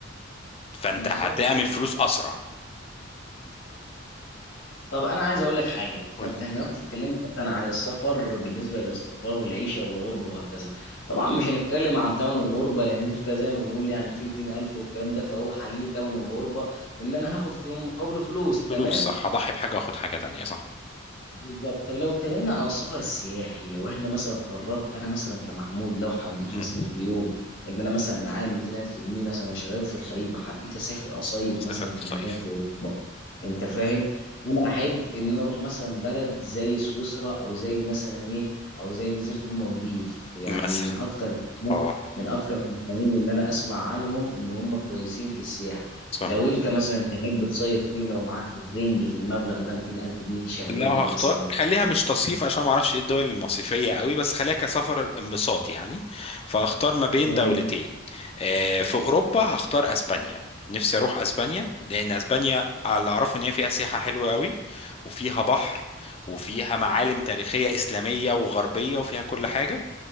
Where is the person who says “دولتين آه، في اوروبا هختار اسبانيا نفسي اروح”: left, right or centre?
Left